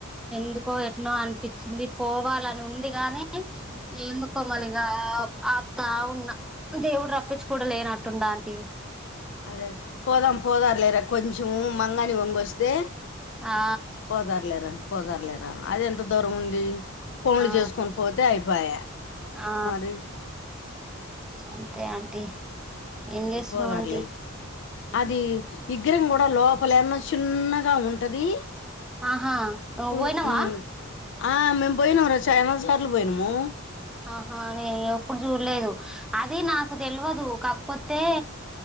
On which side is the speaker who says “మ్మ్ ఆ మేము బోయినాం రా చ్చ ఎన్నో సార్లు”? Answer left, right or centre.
Left